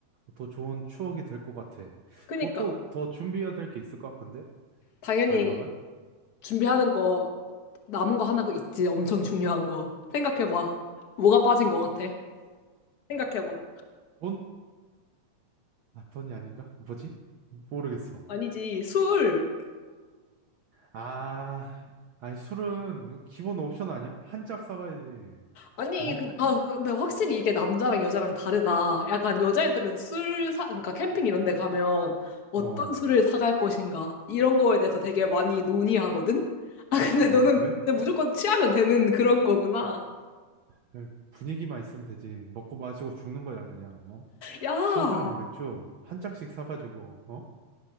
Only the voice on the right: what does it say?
더 좋은 추억이 될 것 같아.
뭐 또 더 준비해야 될 게 있을까? 근데
갈라면?
돈? 아, 버니 아닌가? 뭐지? 모르겠어.
아, 아니, 술은 기본 옵션 아니야? 한 짝 사가야지.
어?
어.
아,
그래?
그래, 분위기만 있으면 되지. 먹고 마시고 죽는 거야, 그냥. 어?
소주랑 맥주 한 짝씩 사가지고, 어?